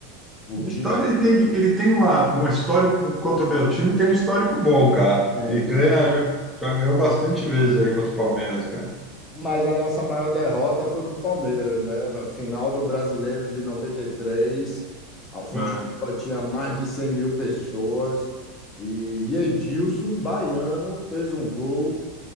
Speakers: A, on the left; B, in the centre.
A: O
B: O Vitória
A: time aqui
B: ele tem, ele tem uma, um histórico contra o meu time, tem um histórico bom, cara.
A: é
B: Ele ganha, já, já ganhou bastante vezes aí contra o Palmeiras, cara.
A: Mas a nossa maior derrota foi para o Palmeiras, né? Final do Brasileiro de 93, a Fonte
B: É,
A: Nova tinha mais de 100 mil pessoas e Edilson, baiano, fez um gol